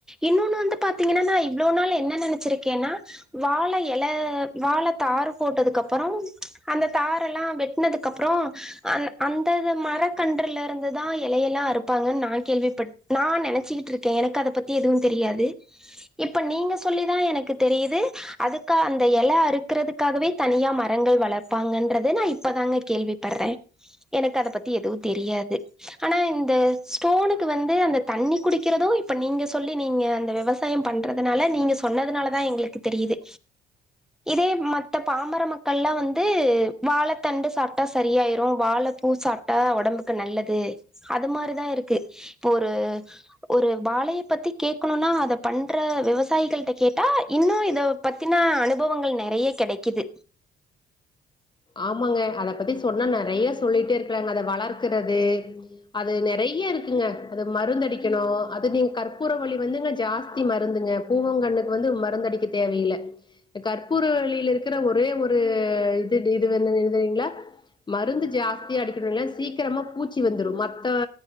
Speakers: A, in the centre; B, on the left.
A: இன்னொன்னு வந்து பாத்தீங்கன்னா நா இவ்ளோ நாள் என்ன நெனைச்சிருக்கேனா வாழ இல வாழ தாரு போட்டதுக்குப்புறம் அந்த தாரெல்லாம் வெட்னதுக்கு அப்புறம் அ அந்த இது மரக்கன்றுலருந்துதான் இலையெல்லாம் அருப்பாங்கன் நா கேள்விப்பட் நா நெனச்சிக்கிட்ருக்கேன் எனக்கு அத பத்தி எதுவும் தெரியாது இப்ப நீங்க சொல்லிதான் எனக்கு தெரியிது அதுக்கா அந்த இல அறுக்குறதுக்காகவே தனியா மரங்கள் வளர்ப்பாங்கன்றத நா இப்பதாங்க கேள்வி படுறேன் எனக்கு அத பத்தி எதுவும் தெரியாது ஆனா இந்த ஸ்டோனுக்கு வந்து அந்த தண்ணி குடிக்கிறதும் இப்ப நீங்க சொல்லி நீங்க அந்த விவசா விவசாயம் பண்றதுனால நீங்க சொன்னதுனாலதான் எங்களுக்கு தெரியுது இதே மத்த பாமர மக்கள்லா வந் து வாழ தண்டு சாப்ட்டா சரியாயிரு வாழ பூ சாப்ட்டா ஒடம்புக்கு நல்லது அது மாரிதா இருக்கு இப்போ ஒரு ஒரு வாழைய பத்தி கேக்கணுனா அத பண்ற விவசாயிகள்ட்ட கேட்டா இன்னு இத பத்தினா அனுபவங்கள் நெறைய கெடைக்குது
B: ஆமாங்க அத பத்தி சொன்னா நெறைய சொல்லிட்டே இருக்கலாங்க அத வளர்கிறது அது நெறைய இருக்குங்க அது மருந்தடிக்கணு அது நீங்க கற்பூரவள்ளி வந்துங்க ஜாஸ்தி மருந்துங்க பூவங்கண்ணுக்கு வந்து மருந்தடிக்க தேவையில்ல இந்த கற்பூரவள்ளியில இருக்கிற ஒரே ஒரு இது இது வந்து எழுதுறீங்ளா மருந்து ஜாஸ்தியா அடிக்கணுனா சீக்கிரமா பூச்சி வந்துரு மத்த